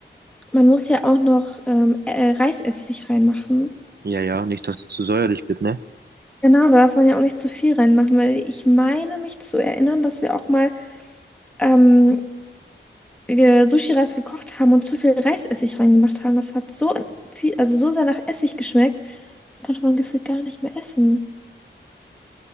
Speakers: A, in the centre; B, on the right.
A: Man muss ja auch noch ähm, äh, Reisessig reinmachen.
B: Ja, ja, nicht, dass es zu säuerlich wird, ne?
A: Genau, da darf man ja auch nicht zu viel reinmachen, weil ich meine mich zu erinnern, dass wir auch mal ähm, äh, Sushi-Reis gekocht haben und zu viel Reisessig reingemacht haben. Das hat so viel, also so sehr nach Essig geschmeckt. Das konnte man gefühlt gar nicht mehr essen.